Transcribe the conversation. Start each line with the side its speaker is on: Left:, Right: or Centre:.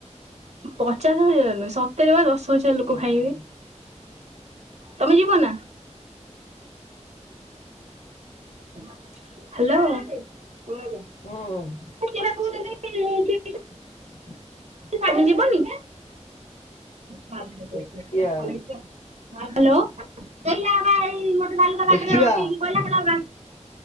Right: ପଚାଶ ହଜାର୍‌ ନୁହଁ ସତର ବା ଦଶ ହଜାର୍ ଲୋକ
Left: ହୁଁ
Right: ଖାଇବେ। ତମେ ଯିବ ନା। ହ୍ୟାଲୋ।
Left: ହୁଁ।
Right: ମୁଁ ଯିବାକୁ ଦେବି ନି ଯେ
Left: <inaudible>
Right: <inaudible> ତମେ ଯିବନି? <inaudible> ହ୍ୟାଲୋ।
Left: ଦେଖିଆ।
Right: କିଲ ହବା ଏଇ ମତେ ବାଲ ବାଟରେ
Left: ଦେଖିବା
Right: ରଖେଇିକି କହିଲବା <inaudible> <inaudible>